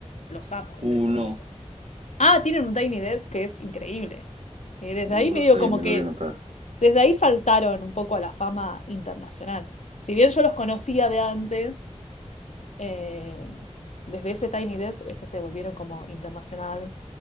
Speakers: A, on the left; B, on the right.
A: los amo desde
B: Uno,
A: ese momento. Ah, tienen un Tiny Desk que es increíble. Eh, desde
B: uno
A: ahí medio
B: sabía,
A: como
B: me
A: que,
B: lo voy a anotar.
A: desde ahí saltaron un poco a la fama internacional. Si bien yo los conocía de antes, Eh, desde ese Tiny Desk es que se volvieron como internacional